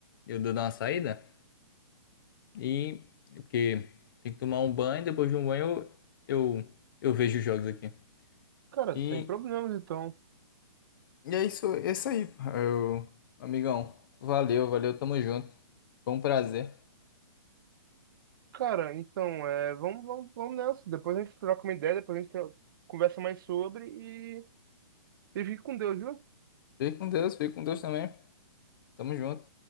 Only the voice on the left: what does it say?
eu dar uma saída. E, porque tem que tomar um banho, depois de um banho eu, eu, eu vejo os jogos aqui.
E
E é isso, é isso aí, eu, amigão. Valeu, valeu, tamo junto. Foi um prazer.
Fique com Deus, fique com Deus também. Tamo junto.